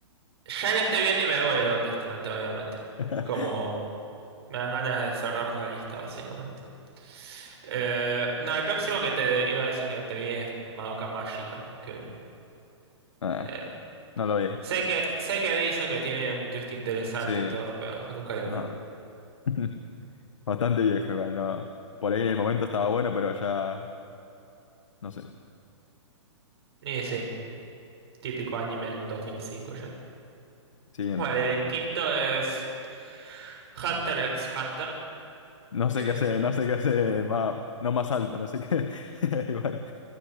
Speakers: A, on the right (about 55°); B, on the left (about 85°).
A: Ya lo estoy viendo y me duele dónde está, no te voy a mentir.
B: <laughs>
A: Como me dan ganas de cerrar la lista, básicamente. Eh, no, el próximo que te iba a decir que no te vi es Madoka Mágica. Que,
B: Ah,
A: eh,
B: no lo vi.
A: sé que, sé que dicen que tiene un twist interesante
B: Sí,
A: y todo, pero nunca lo
B: no.
A: vi.
B: <laughs> Bastante viejo igual, no. Por ahí en el momento estaba bueno, pero ya, no sé.
A: Y sí, típico anime del 2005 ya.
B: Siguiente.
A: Bueno, y el quinto es Hunter x Hunter,
B: No sé
A: que
B: qué hace, no sé qué hace más, no más alta, no sé qué. <laughs> Igual.